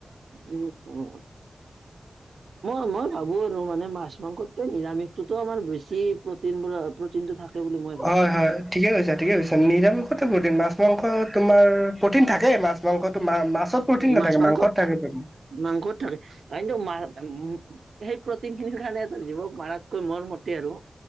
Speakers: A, on the right (about 80°); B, in the centre.
A: <unintelligible> মই, মই ভাবো আৰু মানে মাছ। মাংসতকৈ নিৰামিষটোতো আৰু বেছি প্ৰটিন, প্ৰটিনটো থাকে। বুলি মই ভাবো।
B: হয়, হয়। ঠিকে কৈছা, ঠিকে কৈছা নিৰামিষত <unintelligible> মাছ মাংস তোমাৰ প্ৰটিন থাকে <unintelligible> মাছ, মাংসটো মা- মাছত প্ৰটিন
A: মাছ-
B: নাথাকে
A: মাংসত,
B: থাকে প্ৰটিন
A: মাংসত থাকে। উম। সেই প্ৰ'টিন খিনিৰ কাৰণে এটা জীৱক মাৰাতকৈ মোৰ মতে আৰু-